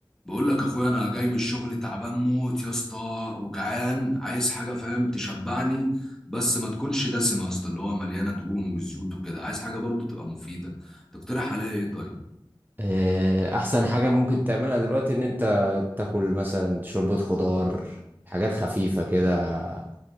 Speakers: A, in the centre; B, on the right.
A: بقول لك اخويا انا جاي من الشغل تعبان موت يا اسطى وجعان عايز حاجه فاهم تشبعني بس ما تكونش دسمه يا اسطى اللي هو مليانه دهون وزيوت وكده عايز حاجه برضو تبقى مفيده تقترح عليا ايه طيب
B: آه، احسن حاجة ممكن تعملها دلوقتي ان انت تاكل مثلا شوربة خضار حاجات خفيفة كده